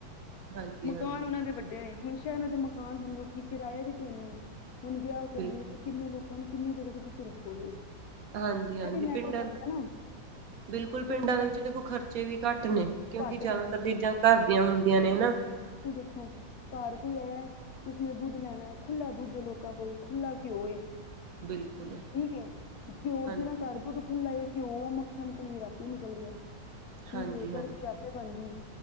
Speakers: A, on the right; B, on the left.
A: ਹਾਂਜੀ
B: ਮਕਾਨ
A: ਹਾਂਜੀ
B: ਉਹਨਾਂ ਦੇ ਵੱਡੇ ਨੇ, ਹੁਣ ਸ਼ਹਿਰਾਂ ਦੇ ਮਕਾਨ ਹੁਣ ਲੋਕੀ ਕਿਰਾਇਆ ਵੀ ਤੇ ਇੰਨਾ ਏ ਹੁਣ ਵਿਆਹ ਕਰੀਏ
A: ਬਿਲਕੁਲ
B: ਤੇ ਕਿੰਨੇ ਲੋਕਾਂ ਨੂੰ, ਕਿੰਨੀ ਜਗ੍ਹਾ ਤੇ ਤੁਸੀਂ ਰੱਖੋਗੇ?
A: ਹਾਂਜੀ
B: ਇਹ
A: -ਹਾਂਜੀ,
B: ਵੀ ਮੈਟਰ
A: ਪਿੰਡਾਂ
B: ਕਰਦਾ ਨਾ
A: ਬਿਲਕੁਲ,
B: ਫਿਰ
A: ਪਿੰਡਾਂ ਦੇ ਵਿੱਚ ਦੇਖੋ ਖਰਚੇ ਵੀ ਘੱਟ ਨੇ। ਕਿਉਂਕਿ
B: ਘੱਟ
A: ਜ਼ਿਆਦਾਤਰ ਚੀਜ਼ਾਂ, ਘਰ ਦੀਆਂ ਹੁੰਦੀਆਂ ਨੇ, ਹਨਾ
B: ਕੀ ਦੇਖੋ ਘਰ ਕੋਈ ਆਇਆ ਕਿਸੀ ਨੇ ਦੁੱਧ ਲੈਣਾ, ਖੁੱਲਾ ਦੁੱਧ ਏ, ਲੋਕਾਂ ਕੋਲ ਖੁੱਲਾ ਘਿਉ ਏ।
A: ਬਿਲਕੁਲ
B: ਠੀਕ ਏ, ਘਿਓ,
A: ਹਾਂਜੀ,
B: ਜਿਹਨਾ ਘਰ ਦੁੱਧ ਖੁੱਲਾ ਏ। ਘਿਓ, ਮੱਖਣ, ਪਨੀਰ ਆਪੇ ਨਿਕਲ ਗਿਆ, ਠੀਕ
A: ਹਾਂਜੀ,
B: ਏ,
A: ਹਾਂਜੀ
B: ਬਰਫ਼ੀ ਆਪੇ ਬਣ ਗਈ।